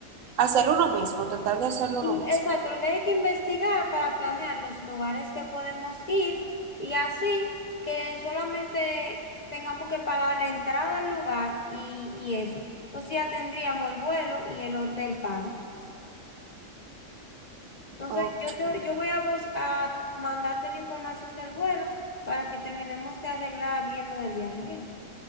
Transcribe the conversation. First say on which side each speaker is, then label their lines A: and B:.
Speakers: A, on the right; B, on the left.
A: hacer uno mismo, tratar de hacerlo
B: In-
A: uno mismo.
B: Exacto, lo que hay que investigar para planear los lugares que podemos ir y así que solamente tengamos que pagar la entrada al lugar y, y eso. Entonces ya tendríamos el vuelo y el hotel pago. Entonces,
A: Ok.
B: yo, te, yo voy a, vos, a mandarte la información del vuelo para que terminemos de arreglar bien lo del viaje. Bien.